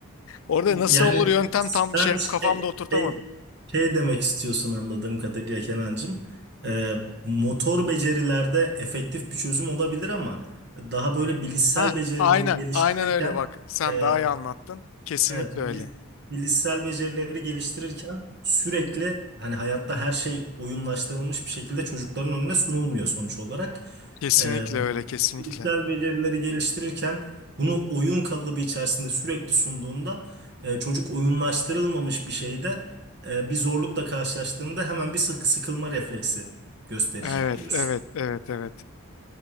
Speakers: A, on the left; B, on the right.
A: Orada
B: E,
A: nasıl
B: Yani
A: olur yöntem
B: sen
A: tam şey
B: şey,
A: kafamda oturtamadım.
B: şey, şey demek istiyorsun anladığım kadarıyla Kenancığım. E, motor becerilerde efektif bir çözüm olabilir ama daha böyle bilişsel
A: Ha,
B: becerileri
A: aynen,
B: geliştirirken
A: aynen öyle bak. Sen
B: e,
A: daha iyi anlattın. Kesinlikle
B: Evet, bil-
A: öyle.
B: bilişsel becerileri geliştirirken sürekli hani hayatta her şey oyunlaştırılmış bir şekilde çocukların önüne sunulmuyor sonuç olarak.
A: Kesinlikle
B: Ee,
A: öyle, kesinlikle.
B: bilişsel becerileri geliştirirken bunu oyun kalıbı içerisinde sürekli sunduğunda e, çocuk oyunlaştırılmamış bir şeyde e, bir zorlukla karşılaştığında hemen bir sık sıkılma refleksi gösterecek
A: Evet,
B: diyorsun.
A: evet, evet, evet.